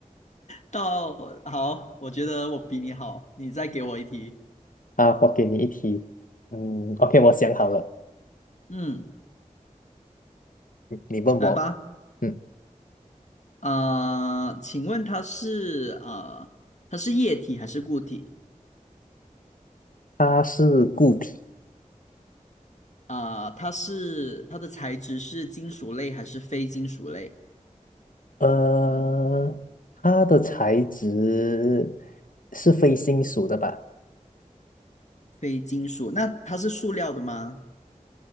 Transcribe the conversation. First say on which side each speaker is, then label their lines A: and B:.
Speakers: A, on the left; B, on the left.
A: 到，好，我觉得我比你好，你再给我一题。
B: 啊，我给你一题。嗯，OK，我想好了，
A: 嗯，
B: 你你问我。
A: 来吧。
B: 嗯，
A: 啊、请问它是啊、它是液体还是固体？
B: 它是固体，
A: 啊、它是它的材质是金属类还是非金属类？
B: 呃，它的材质是非金属的吧？
A: 非金属，那它是塑料的吗？